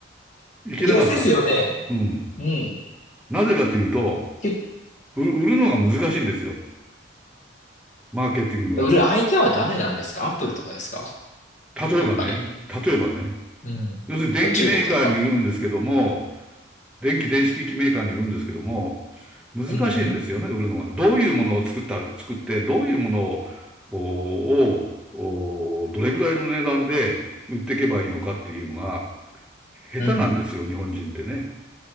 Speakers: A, in the centre; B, on the left (about 40°).
A: いけなかった。
B: <laughs> いや、ですよね。
A: うん。
B: うん
A: なぜかっていうと、
B: で
A: 売るのが難しいんですよ。マーケティングが。
B: 売る相手は誰なんですかアップルとかですか
A: 例えばね、
B: やっぱり。
A: 例えばね、
B: うん。
A: 要するに電機メーカーに売るんですけども、
B: 中国とか。
A: 電気電子機器メーカーに売るんですけども、難しいんですよね、
B: うんうん。
A: 売るのが。どういうものを作った、作って、どういうものを、ををどれぐらいの値段で売っていけばいいのかっていうのが、下手なんですよ、
B: うん。
A: 日本人ってね。